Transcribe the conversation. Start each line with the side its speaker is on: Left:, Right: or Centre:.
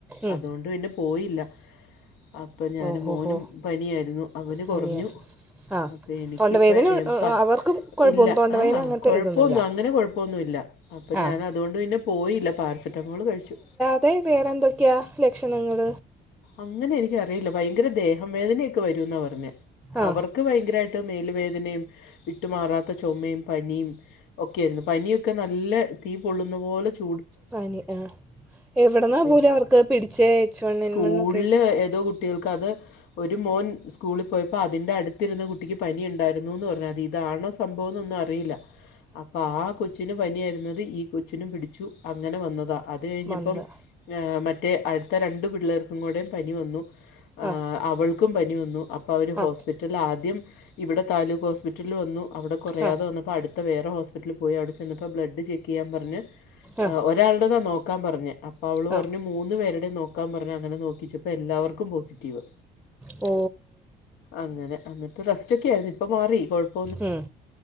Centre: ഉം.
Left: അതുകൊണ്ട് പിന്നെ പോയില്ല, അപ്പം ഞാനും
Centre: ഓ ഹോ
Left: മോനും
Centre: ഹോ
Left: പനിയായിരുന്നു, അവന്
Centre: പനിയ
Left: കുറഞ്ഞു.
Centre: ആ
Left: അപ്പൊ എനിക്കിപ്പ
Centre: തൊണ്ടവേദന അവർക്കും കുഴപ്പമൊന്നും
Left: ഇല്ല
Centre: തൊണ്ടവേദന
Left: ആഹ്
Centre: അങ്ങനത്തെ
Left: കൊഴപ്പൊന്നും
Centre: ഇതൊന്നുമില്ല
Left: അങ്ങനെ കൊഴപ്പൊന്നുമില്ല. അപ്പം
Centre: ആ
Left: ഞാൻ അതുകൊണ്ട് പിന്നെ പോയില്ല, പാരസെറ്റമോൾ കഴിച്ചു.
Centre: അതെ, വേറെ എന്തൊക്കെയാ ലക്ഷണങ്ങൾ.
Left: അങ്ങനെ എനിക്കറിയില്ല, ഭയങ്കര ദേഹം വേദനയൊക്കെ വരുന്നാ പറഞ്ഞത്
Centre: ആ
Left: അവർക്ക് ക്ക് ഭയങ്കരമായിട്ട് മേല് വേദനയും വിട്ടുമാറാത്ത ചുമയും പനിയും. ഓക്കെ ആയിരുന്നു പനിയൊക്കെ നല്ല തീ പൊള്ളുന്ന പോലെ ചൂ
Centre: പനി ആ എവിടുന്നാ
Left: അപ്പം
Centre: പോലും അവർക്ക് പിടിച്ച എച്ച് വൺ
Left: സ്കൂളില്
Centre: എൻ വണ്ണോക്കേ.
Left: ഏതോ കുട്ടികൾക്ക് അത് ഒരു മോൻ സ്കൂളിൽ പോയപ്പോൾ അതിൻ്റെ അടുത്തിരുന്ന കുട്ടിക്ക് പനി ഉണ്ടായിരുന്നു എന്ന് പറഞ്ഞു. അത് ഇതാണോ സംഭവം എന്നൊന്നും അറിയില്ല. അപ്പൊ ആ കൊച്ചിനു പനിയായിരുന്നത് ഈ കൊച്ചിനും പിടിച്ചു അങ്ങനെ വന്നതാ. അത് കഴിഞ്ഞപ്പം
Centre: വന്നത്
Left: മറ്റേ അടുത്ത രണ്ട് പിള്ളേർക്കും കൂടെയും പനി വന്നു.
Centre: ആ
Left: അവൾക്കും പനി വന്നു. അപ്പോൾ അവർ
Centre: ആ
Left: ഹോസ്പിറ്റലിൽ ആദ്യം ഇവിടെ താലൂക്ക് ഹോസ്പിറ്റലിൽ വന്നു. അവിടെ കുറയാതെ
Centre: ആ
Left: വന്നപ്പോൾ അടുത്ത വേറെ ഹോസ്പിറ്റലിൽ പോയി, അവിടെ ചെന്നപ്പോൾ ബ്ലഡ് ചെക്ക് ചെയ്യാൻ പറഞ്ഞ്
Centre: ആ
Left: ഒരാളുടെതാ നോക്കാൻ പറഞ്ഞത്, അപ്പൊ അവള്
Centre: ആ
Left: പറഞ്ഞു
Centre: ആ
Left: മൂന്ന് പേരുടെയും നോക്കാൻ പറ ഞ്ഞു. അങ്ങനെ നോക്കിച്ചപ്പോ എല്ലാവർക്കും പോസിറ്റീവ്.
Centre: ഓ
Left: അങ്ങനെ എന്നിട്ട് റെസ്റ്റ് ഒക്കെ ആയിരുന്നു ഇപ്പോ മാറി കുഴപ്പം
Centre: ഉം,